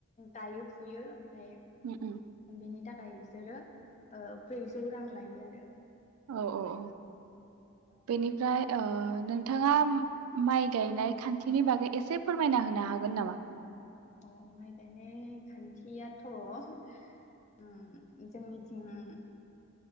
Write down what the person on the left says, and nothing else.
दायो फुयो ओमफ्राय
बेनि थाखाय बिसोरो ओ ब्रैजौ रां लायो आरो
औ
अ माइ गायनाय खान्थियाथ उम जोंनिथिं